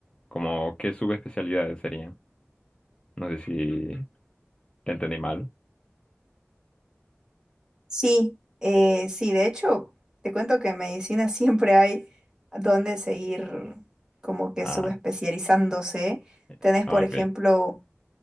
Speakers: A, on the left; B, on the right.
A: Como, ¿qué subespecialidades serían? No sé si te entendí mal.
B: Sí, eh, sí, de hecho, te cuento que en medicina <laughs> siempre hay donde seguir como que
A: Ah,
B: subespecializándose.
A: eh,
B: Tenés,
A: ah,
B: por ejemplo,
A: ok.